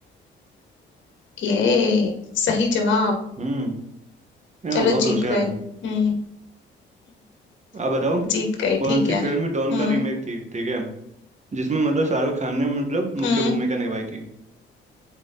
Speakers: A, on the left; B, on the right.
A: ये सही जवाब
B: हम्म यार
A: चलो
B: मैं बहुत
A: जीत
B: होशियार
A: गए
B: हूँ
A: हम्म
B: आप बताओ
A: <laughs> जीत गए
B: कौन
A: ठीक
B: सी
A: है
B: फिल्म डॉन
A: हम्म
B: का रीमेक थी ठीक है जिसमें मतलब शाहरुख खान ने मतलब
A: हम्म
B: मुख्य भूमिका निभाई थी